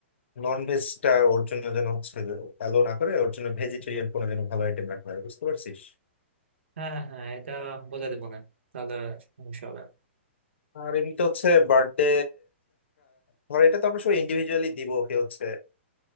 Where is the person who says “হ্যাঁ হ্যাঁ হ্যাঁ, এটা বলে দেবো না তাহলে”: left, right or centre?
Right